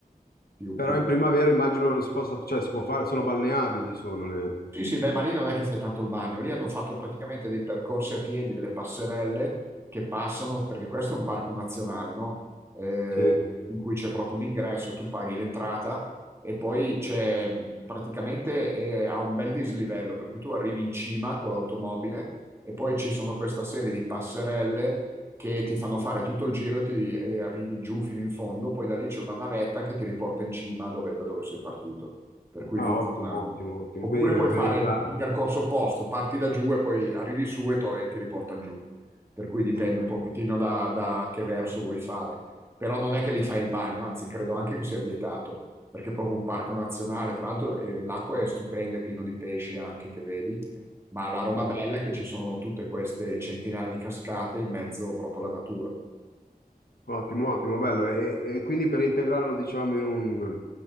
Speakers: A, on the right (about 15°); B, on the left (about 80°).
A: più,
B: Però
A: più
B: in primavera immagino non si possa, cioè si può fare, sono balneabili, sono le...
A: Sì, sì, beh, ma lì non è che fai tanto il bagno, lì hanno fatto praticamente dei percorsi a piedi, delle passerelle che passano, perché questo è un parco nazionale, no? Eh,
B: Sì.
A: in cui c'è proprio un ingresso, tu paghi l'entrata e poi c'è mh, praticamente eh, ha un bel dislivello, per cui tu arrivi in cima con l'automobile e poi ci sono questa serie di passerelle che ti fanno fare tutto il giro e, ti- e arrivi giù fino in fondo, poi da lì c'è una navetta che ti riporta in cima dove- da dove sei partito, per cui
B: Ah,
A: funziona.
B: ottimo, ottimo, ottimo.
A: Oppure
B: Quindi organizzare...
A: puoi fare il, il percorso opposto, parti da giù e poi arrivi su e torni- ti riportano giù. Per cui dipende
B: Ok.
A: un pochettino da, da che verso vuoi fare. Però non è che li fai il bagno, anzi credo anche che sia vietato, perché è proprio un parco nazionale, tra l'altro eh, l'acqua è stupenda, è pieno di pesci anche che vedi, ma la roba
B: Ah,
A: bella è che ci sono tutte queste centinaia di cascate in mezzo proprio alla natura.
B: Ottimo, ottimo, bello. E, e quindi per integrarlo, diciamo, in un,